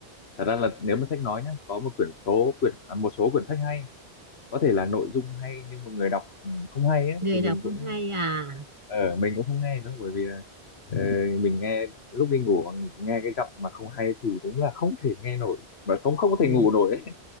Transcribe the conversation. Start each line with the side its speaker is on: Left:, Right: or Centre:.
Left: thật ra là nếu mà sách nói nhá có một quyển số quyển à, một số quyển sách hay có thể là nội dung hay nhưng mà người đọc ừ, không hay ấy,
Right: người
Left: thì mình
Right: đọc
Left: cũng
Right: không hay à
Left: ờ mình cũng không nghe nữa bởi vì là, ờ, mình nghe lúc đi ngủ mà nghe cái giọng mà không hay thì đúng là không thể nghe nổi và không không có
Right: ừ.
Left: thể ngủ nổi ấy.